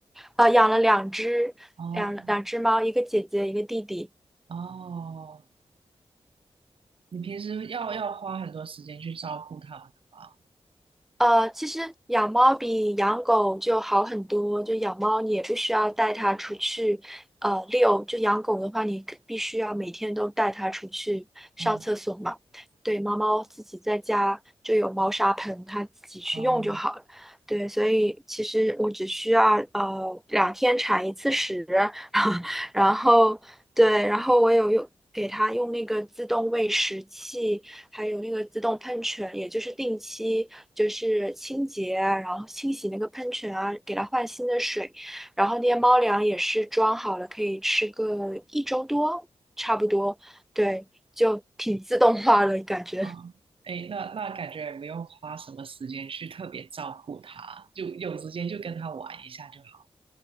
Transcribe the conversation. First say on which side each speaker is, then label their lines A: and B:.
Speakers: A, in the centre; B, on the right.
A: 呃，养了两只两两只猫，
B: 哦
A: 一个姐姐，一个弟弟。
B: 哦，你平时要要花很多时间去照顾他们的吧？
A: 呃，其实养猫比养狗就好很多。就养猫，你也不需要带它出去，呃，遛。就养狗的话，你可必须要每天都带它出去上厕所嘛。
B: 哦
A: 对，猫猫自己在家就有猫砂盆，它自己去用就好了。
B: 哦
A: 对，所以其实我只需要呃两天铲一次屎，<laughs> 然后对，然后我有用给它用那个自动喂食器。还有那个自动喷泉，也就是定期就是清洁啊，然后清洗那个喷泉啊，给它换新的水。然后那些猫粮也是装好了，可以吃个一周多，差不多。对，就挺自动化的感觉。
B: 哦，哎，那那感觉也没有花什么时间去特别照顾他，就有时间就跟他玩一下就好了。